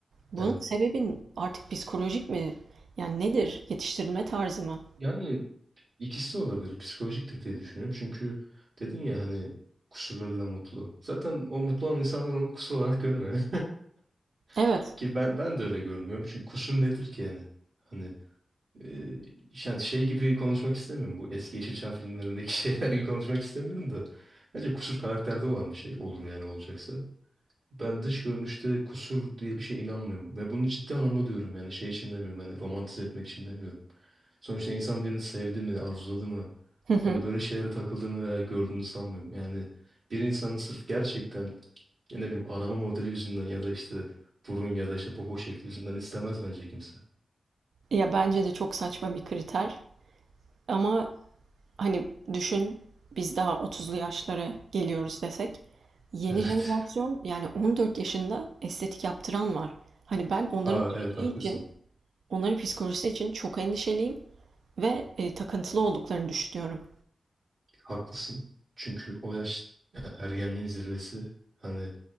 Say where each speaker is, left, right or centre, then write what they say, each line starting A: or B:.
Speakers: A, on the right; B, on the right.
A: Bunun
B: Evet.
A: sebebi artık psikolojik mi? Yani nedir? Yetiştirilme tarzı mı?
B: Yani ikisi de olabilir. Psikolojiktir diye düşünüyorum. Çünkü dedin ya hani kusurlarıyla mutlu. Zaten o mutlu olan insanlar onu kusur olarak görmüyor.
A: Evet.
B: <laughs> Ki ben ben de öyle görmüyorum. Çünkü kusur nedir ki yani? Hani Ee, yani şey gibi konuşmak istemiyorum. Bu eski Yeşilçam filmlerindeki <laughs> şeyler gibi konuşmak istemiyorum da. Bence kusur karakterde olan bir şey olur yani olacaksa. Ben dış görünüşte kusur diye bir şeye inanmıyorum. Ve bunu ciddi anlamda diyorum yani şey için demiyorum. Yani romantize etmek için demiyorum. Sonuçta insan birini sevdi mi, arzuladı mı?
A: Hı hı.
B: Ben böyle şeylere takıldığını veya gördüğünü sanmıyorum. Yani bir insanın sırf gerçekten ya ne bileyim arama modeli yüzünden ya da işte burun ya da işte popo şekli yüzünden istemez bence kimse.
A: Ya bence de çok saçma bir kriter. Ama hani düşün biz daha 30'lu yaşlara geliyoruz desek. Yeni
B: Evet.
A: jenerasyon yani 14 yaşında estetik yaptıran var. Hani ben
B: <laughs>
A: onların
B: Aa
A: geleceği
B: evet haklısın.
A: için, onların psikolojisi için çok endişeliyim ve e, takıntılı olduklarını düşünüyorum.
B: Haklısın. Çünkü o yaş e, ergenliğin zirvesi. Hani